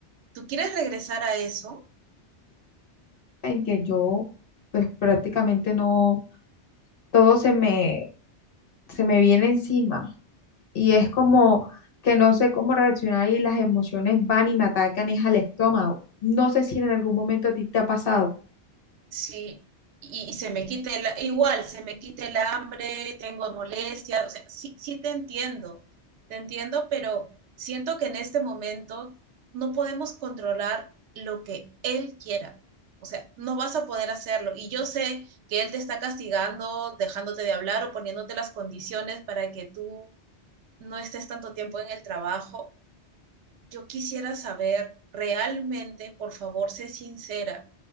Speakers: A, on the right (about 80°); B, on the left (about 55°).
A: ¿Tú quieres regresar a eso?
B: en que yo, pues prácticamente no. todo se me, se me viene encima y es como que no sé cómo reaccionar y las emociones van y me atacan es al estómago. No sé si en algún momento a ti te ha pasado.
A: Sí, y, y se me quita el, igual, se me quita el hambre, tengo molestias, o sea, sí, sí te entiendo, te entiendo, pero siento que en este momento no podemos controlar lo que él quiera. O sea, no vas a poder hacerlo. Y yo sé que él te está castigando, dejándote de hablar o poniéndote las condiciones para que tú no estés tanto tiempo en el trabajo yo quisiera saber realmente, por favor, sé sincera,